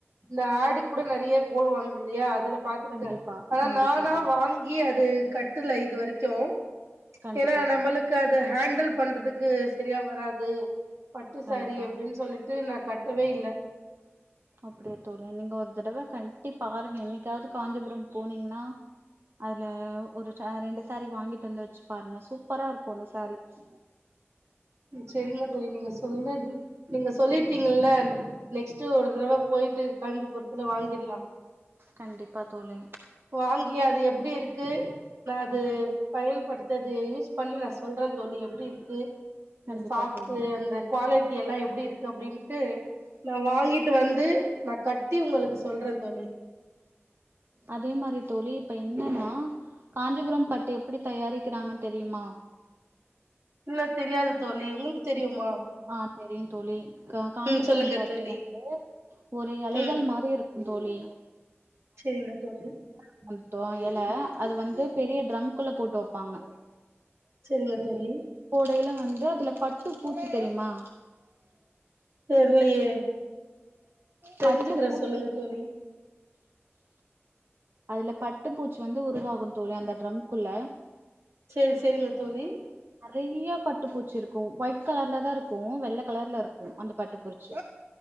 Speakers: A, on the right; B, on the right.
A: இந்த ஆடு கூட நெறைய போடுவாங்க இல்லையா அதுல பாத்திருக்கே
B: கண்டிப்பா
A: ஆனா
B: கண்டிப்பா
A: நானா
B: தோழி
A: வாங்கி அது கட்டுல இது வரைக்கு.
B: கண்டிப்பா
A: ஏன்னா நம்மளுக்கு
B: தோழி
A: அது ஹண்ட் ண்டல் பண்றதுக்கு சரியா வராது. பட்டு
B: கண்டிப்பா
A: சாரி அப்டின்னு சொல்லிட்டு நா கட்டவே இல்ல
B: அப்படியே தோழி நீங்க ஒரு தடவ கண்டி பாருங்க இன்னைக் <unintelligible> வது காஞ்சிபுரம் போனீங்கன்னா அதுல ஒரு ரெண்டு சாரீ வாங்கிட்டு வந்து வச்சு பாருங்க சூப்பரா இருக்கு அந்த சாரீஸ்
A: ம் செரிங்க தோழி நீங்க சொன்னது நீங்க சொல்லிட்டீங்கல்ல நெக்ஸ்ட்டு ஒரு தடவ போயிட்டு காஞ்சிபுரத்துல வாங்கிடலா.
B: கண்டிப்பா தோழி
A: வாங்கிய அது எப்டி இருக் க்கு நாது பயன்படுத்தத்து யூஸ் பண்ணி நா ஸ் சொல்றே தோழி எப்டி இருக்கு இந்த
B: கண்டிப்பா
A: சாஃப்ட்டு
B: தோழி
A: அந்த குவாலிட் டியேல்லா எப் அப்டி இருக்கு அப்டின்ட்டு நா வாங்கிட்டு வந் து நா கட்டி உங்களுக்கு சொல்றே தோழி.
B: அதே மாரி தோழி இப்ப என்னன்னா காஞ்சிபுரம் பட்டு எப்டி தயாரிக்கிறாங்கன்னு தெரியுமா.
A: இல்ல தெரியாதுத் தோழி உங்களுக்கு தெரியுமா.
B: ஆ, தெரியு தோழி க காஞ்சிபுரம்
A: ம் சொல்லுங்க
B: பட்டு
A: தோழி
B: வந்து ஒரு எலைகள்
A: ம்
B: மாரி இருக் ந்தோழி
A: செரிங்க தோழி.
B: <unintelligible> எல அது வந்து பெரிய ட்ரம்குள்ள போட்டு வப்பாங்க.
A: சரிங்க தோழி.
B: <unintelligible> ல்ல வந்து அதுல பட்டு பூச்சு தெரியுமா
A: தெர்லயே. தெரிஞ்சுக்கிறே
B: பட்டு பூச்சிருக்
A: சொல்லுங்க தோழி
B: அதுல பட்டுப்பூச்சு வந்து உருவாகும் தோழி அந்த ட்ரம்குள்ள.
A: செரி செரிங்க தோழி
B: நெறைய பட்டு பூச்சிருக் ஒயிட் கலர்ல தா இருக்கோ வெள்ள கலர்ல இருக்கோ அந்த பட்டு பூச்சி